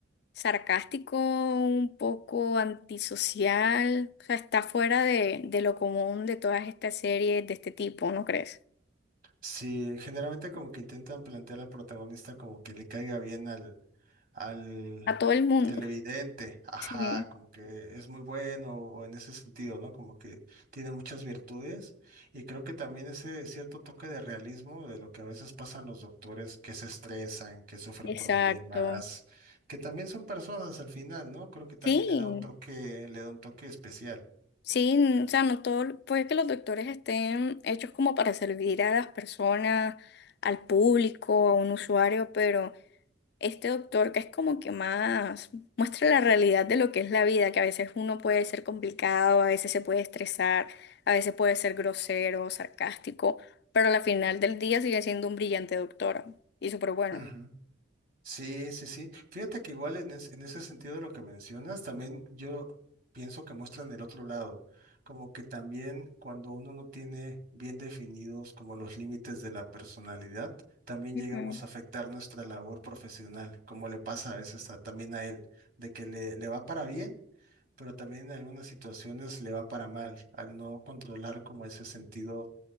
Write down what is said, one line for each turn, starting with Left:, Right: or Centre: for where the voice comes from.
Left: sarcástico, un poco antisocial, o sea, está fuera de, de lo común de todas estas series de este tipo, ¿no crees?
Right: Sí, generalmente como que intentan plantear al protagonista como que le caiga bien al, al
Left: A todo el mundo.
Right: televidente, ajá,
Left: Sí,
Right: como que es muy bueno o en ese sentido, ¿no? Como que tiene muchas virtudes y creo que también ese cierto toque de realismo de lo que a veces pasan los doctores que se estresan, que sufren
Left: exacto.
Right: problemas, que también son personas al final, ¿no? Creo que también
Left: Sí,
Right: le da un toque, le da un toque especial.
Left: sí, o sea, no todo, puede que los doctores estén hechos como para servir a las personas, al público, a un usuario, pero... este doctor que es como que más muestra la realidad de lo que es la vida, que a veces uno puede ser complicado, a veces se puede estresar, a veces puede ser grosero, sarcástico, pero al final del día sigue siendo un brillante doctor y súper bueno.
Right: Ujú. Sí, sí, sí. Fíjate que igual en, es- en ese sentido de lo que mencionas, también yo pienso que muestran el otro lado, como que también cuando uno no tiene bien definidos como los límites de la personalidad, también
Left: Ujú.
Right: llegamos a afectar nuestra labor profesional, como le pasa a veces a- también a él, de que le, le va para bien, pero también en algunas situaciones le va para mal, al no controlar como ese sentido